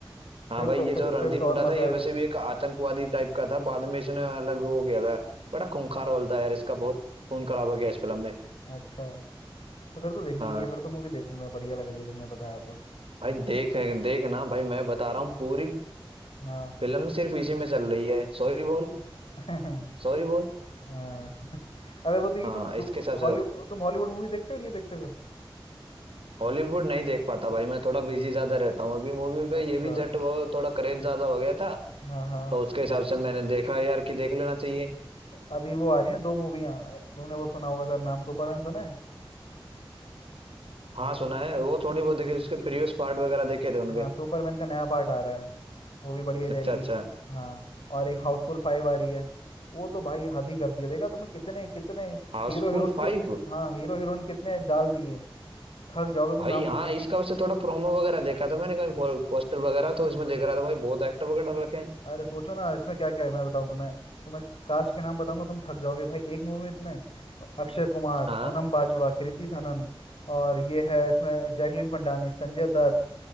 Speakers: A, on the right; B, on the left.
A: हाँ
B: फिर
A: भाई
B: तो
A: ये
B: फिर
A: जो रणदीप
B: फिर तो
A: हुड्डा
B: और मजा
A: था ये
B: आएगा
A: वैसे भी एक आतंकवादी टाइप का था बाद में इसने अलग हो गया था बड़ा खूंखार रोल था यार इसका बहुत खून खराब हो गया इस फिल्म में
B: अच्छा तो फिर तो देखने
A: हाँ
B: की है फिर तो मूवी देखूंगा बढ़िया लग रही है तुमने बताया तो
A: भाई देख देख ना भाई मैं बता रहा हूँ पूरी
B: हाँ
A: फिल्म सिर्फ इसी में चल रही है सॉरी बोल
B: <laughs>
A: सॉरी बोल
B: हाँ। <laughs> अरे वो देखिए
A: हाँ
B: तुम
A: इसके हिसाब से
B: हॉलीवुड तुम हॉलीवुड मूवी देखते हो नहीं देखते फिर
A: हॉलीवुड नहीं देख पाता भाई मैं थोड़ा बिजी ज्यादा रहता हूँ अभी मूवी पे
B: अच्छा
A: ये भी जट वो थोड़ा क्रेज ज्यादा हो गया था
B: हाँ हाँ
A: तो उसके हिसाब से मैंने देखा यार कि देख लेना चाहिए
B: अभी वो आ रही है ना दो मूवियाँ तुमने वो सुना होगा शायद नाम सुपरमैन सुना है
A: हाँ सुना है वो थोड़ी बहुत
B: सु,
A: देखे उसके प्रीवियस पार्ट वगैरह देखे थे उनके
B: हाँ सुपरमैन का नया पार्ट आ रहा है वो भी बढ़िया जाएगी
A: अच्छा अच्छा
B: हाँ और एक हाउसफुल फाइव आ रही है वो तो भाई हद ही कर दिया देखा तुमने कितने कितने
A: हाउसफुल
B: हीरो हीरो कित
A: फाइव
B: हाँ हीरो हीरोइन कितने डाल दिए थक जाओगे तुम
A: भाई
B: नाम
A: हाँ
B: सुनते
A: इसका वैसे थोड़ा प्रोमो वगैरह देखा था मैंने कहीं पोस्टर वगैरह तो इसमें देख रहा था भाई बहुत एक्टर वगैरह डाल रखे हैं
B: अरे सोचो ना इसमें क्या क्या है मैं बताऊं तुम्हें तुम्हें काश के नाम बताऊंगा तुम थक जाओगे भाई एक मूवी में इतने अक्षय कुमार
A: हाँ
B: सोनम बाजवा कृति सनन और ये है इसमें जैकलीन फंडानी संजय दत्त